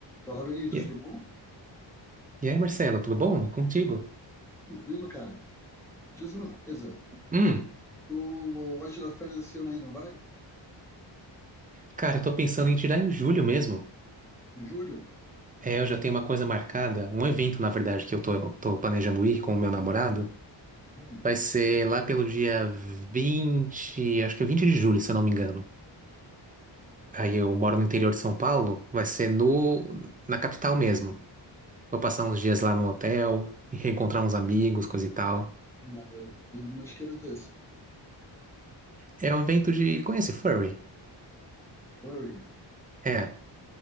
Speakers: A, in the centre; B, on the right (about 15°).
A: Fala, Vinícius,
B: E
A: tudo bom?
B: e aí, Marcelo, tudo bom? E Contigo?
A: Tranquilo, cara. Diz uma coisa,
B: Hum,
A: tu vai tirar férias esse ano ainda, não vai?
B: cara, eu tô pensando em tirar em julho mesmo.
A: Em julho?
B: É, eu já tenho uma coisa marcada, um evento, na verdade, que eu tô, eu tô planejando ir com o meu namorado.
A: Hum,
B: Vai ser lá pelo dia 20, acho que é 20 de julho, se eu não me engano. Aí eu moro no interior de São Paulo, vai ser no, na capital mesmo. Vou passar uns dias lá no hotel e reencontrar uns amigos, coisa e tal.
A: maneiro. E- Mas que evento é esse?
B: É um evento de... Conhece furry?
A: Furry.
B: É.